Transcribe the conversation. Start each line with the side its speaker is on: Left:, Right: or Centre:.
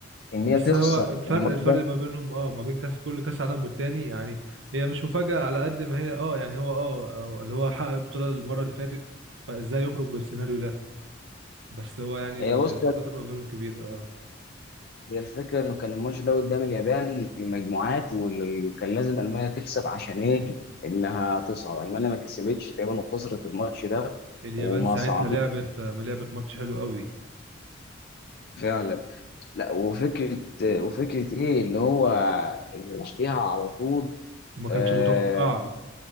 Left: ان
Right: بس
Left: هي تخسر
Right: هو الفرق
Left: الماتش
Right: الفرق
Left: ده
Right: ما بينهم اه ما بين كاس كل كاس عالم والتاني يعني هي مش مفاجاه على قد ما هي اه يعني هو اه آه، اللي هو حقق البطوله المره اللي فاتت فازاي يخرج بالسيناريو ده بس هو يعني
Left: هي
Right: ال-
Left: بص
Right: الفتره ما بينهم كبيره اه
Left: هي الفكرة إنه كان الماتش ده قدام اليابان في المجموعات وال- وكان لازم ألمانيا تكسب عشان إيه؟ إنها تصعد، ألمانيا ما كسبتش تقريبا وخسرت الماتش ده
Right: اليابان
Left: وما
Right: ساعتها
Left: صعدتش
Right: لعبت آه، لعبت ماتش حلو قوي
Left: فعلا، لا وفكرة وفكرة إيه إن هو إن بعديها على طول
Right: وما كانتش
Left: آه،
Right: متوقعة